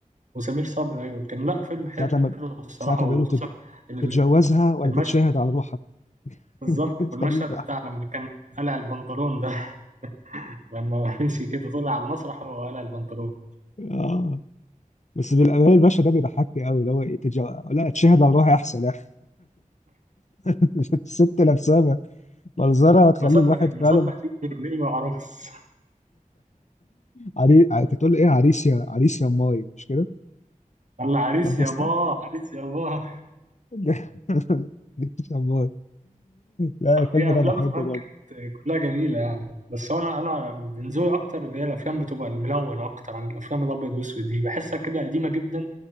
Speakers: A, on the right; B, on the left.
A: وسمير صبري ايوه كان لا فيلم حلو
B: ساعة لما
A: الصراحه
B: ساعة لما
A: وخصوصا
B: بيقولوا تت-
A: ال-
B: تتجوزها ولا
A: المشهد
B: تتشاهد على روحها
A: بالظبط
B: <laughs> التاني
A: والمشهد
B: بتاع
A: بتاع لما كان قلع البنطلون ده <laughs> لما مشي كده طلع على المسرح وهو قلع البنطلون
B: اه بس بالامانه الباشا ده بيضحكني قوي اللي هو ايه تجا... لا اتشهد على روحي احسن يعني <laughs> الست نفسها منظرها هتخلي
A: ما صدق
B: الواحد
A: ما
B: فعلا
A: صدق دي ابني وعروس
B: عري... تقول له ايه عريس يا عريس يا ماي مش كده؟
A: الله عريس
B: لبستك
A: يابا عريس يابا
B: <laughs> عريس يا ماي لا الفيلم
A: هي
B: ده
A: افلام
B: بحبه
A: زمان
B: برضه
A: كانت كلها جميله يعني بس هو انا انا من ذوقي اكتر اللي هي الافلام بتبقى الملونه اكتر عن الافلام الابيض والاسود دي بحسها كده قديمه جدا